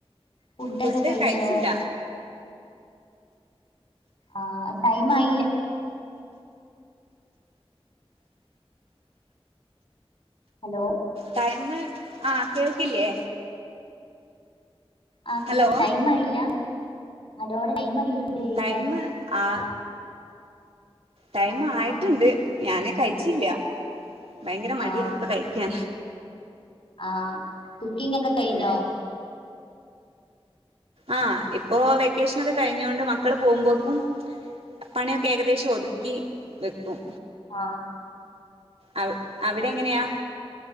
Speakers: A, on the left; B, on the right.
A: ഫുഡൊക്കെ
B: ഫുഡ്
A: കഴിച്ചോ?
B: കഴിച്ചില്ല
A: ആഹ് ടൈം ആയില്ല ഹലോ
B: ടൈമ് ആഹ് കേൾക്കില്ലേ
A: ആ കേക്ക്
B: ഹലോ
A: ടൈമ് ആയില്ല ഹലോടെ ടൈമ് ആയില്ല ഫുഡ് കഴിക്കാൻ.
B: ടൈമ് ആ ടൈമ് ആയിട്ടുണ്ട്
A: ആഹ്
B: ഞാന് കഴിച്ചില്ല ഭയങ്കര മടിയായി
A: ആഹ്
B: ഇപ്പ കഴിക്കാൻ
A: ആഹ് കുക്കിംഗ് ഒക്കെ കഴിഞ്ഞോ
B: അങ്ങനെ ആഹ് ഇപ്പോൊ വെക്കേഷൻൊക്കെ കഴിഞ്ഞൊണ്ട് മക്കള് പോവുമ്പോക്കും പണിയൊക്കെ ഏകദേശം ഒതുക്കി വെക്കും
A: ആ
B: അ അവിടെ എങ്ങനെയാ